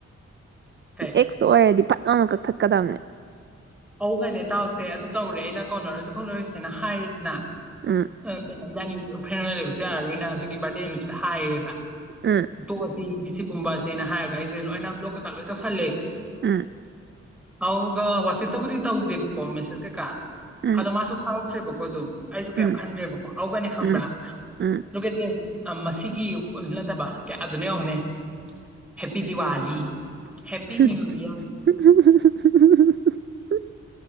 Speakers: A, in the centre; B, on the right (about 40°).
A: ꯀꯩ
B: ꯑꯦꯛꯁ ꯑꯣꯏꯔꯗꯤ ꯅꯪꯅ ꯀꯠꯊꯠꯀꯗꯕꯅꯦ
A: ꯑꯣꯏꯒꯅꯦ ꯇꯥꯎꯁꯦ ꯑꯗꯨ ꯇꯧꯔꯦ ꯑꯩꯅ ꯀꯧꯅꯔꯁꯦ ꯈꯣꯠꯂꯔꯁꯦꯅ ꯍꯥꯏꯌꯦꯗꯅ
B: ꯎꯝ
A: ꯑꯗꯨꯅꯤ ꯏꯅꯥꯟꯅꯤ ꯐ꯭ꯔꯦꯟ ꯑꯣꯏꯅ ꯂꯩꯕꯁꯨ ꯌꯥꯔꯣꯏꯅ ꯑꯗꯨꯒꯤ ꯕꯥꯔꯗꯦ ꯅꯨꯃꯤꯠꯇꯨꯗ ꯍꯥꯏꯔꯦꯕ
B: ꯎꯝ
A: ꯇꯣ ꯑꯄꯤ ꯁꯤꯒꯨꯝꯕꯁꯅ ꯍꯥꯏꯔꯒ ꯑꯩꯁꯦ ꯂꯣꯏꯅ ꯕ꯭ꯂꯣꯛ ꯀꯩꯀꯥ ꯂꯣꯏ ꯇꯧꯁꯜꯂꯦ
B: ꯑꯝ
A: ꯑꯧꯒ ꯋꯥꯆꯦꯞꯇꯕꯨꯗꯤ ꯇꯧꯗꯦꯕꯀꯣ ꯃꯦꯁꯦꯁ ꯀꯩꯀꯥ
B: ꯎꯝ
A: ꯑꯗꯣ ꯃꯥꯁꯨ ꯊꯥꯎ ꯆꯠꯇꯔꯦꯕ ꯀꯣ ꯑꯗꯨꯝ ꯑꯩꯁꯨ ꯀꯩꯝ
B: ꯎꯝ
A: ꯈꯟꯗ꯭ꯔꯦꯕꯀꯣ ꯑꯎꯒꯅꯦ ꯈꯪꯕ꯭ꯔꯥ
B: ꯎꯝ ꯎꯝ ꯎꯝ
A: ꯀꯩ ꯃꯁꯤꯒꯤ ꯅꯠꯇꯕ ꯀꯌꯥ ꯗꯅꯨ ꯌꯦꯡꯉꯨꯅꯦ ꯍꯦꯄꯤ ꯗꯤꯋꯥꯂꯤ
B: ꯍꯝ
A: ꯍꯦꯞꯄꯤ ꯅ꯭ꯌꯨ
B: ꯍꯝ
A: ꯌꯔ
B: ꯍꯝꯍꯝ